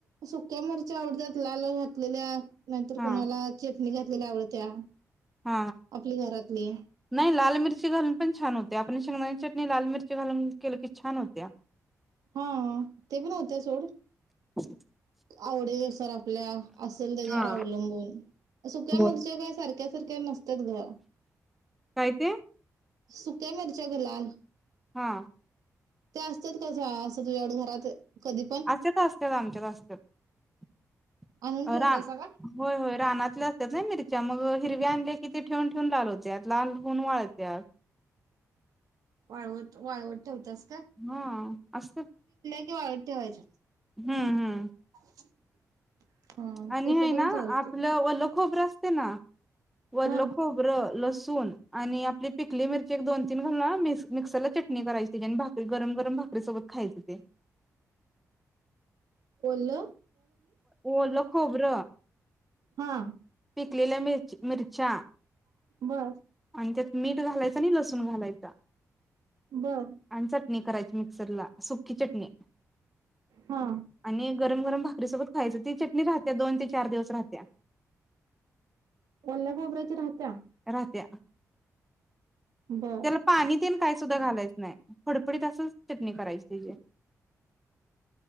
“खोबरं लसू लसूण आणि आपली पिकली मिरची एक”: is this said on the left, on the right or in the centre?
Centre